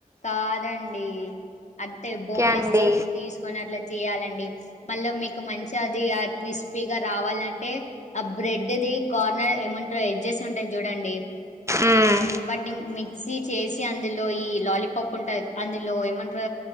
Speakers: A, on the left; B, on the right.
A: కాదండి అదే
B: ఓకే
A: బోన్లెస్
B: అండి
A: చికెన్ తీసుకొని అట్లా చేయా డాలండి మళ్ళ మీ ఒక మంచి అది ఆ క్రిస్పీగా రావాలంటే ఆ బ్రెడ్ది కార్నర్ ఏమంటారు ఎడ్జెస్ ఉంటాయి చూడండి
B: మ్మ్
A: వాటిని మిక్సీ చేసి అందులో ఈ లాలీపాప్ ఉంట అందులో ఏమంటార